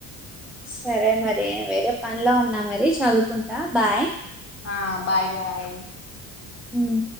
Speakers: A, in the centre; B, on the left (about 30°).
A: సరే మరి వేరే పన్లో ఉన్నా మరి చదువుకుంటా బాయ్
B: ఆ బాయ్ బాయ్.
A: మ్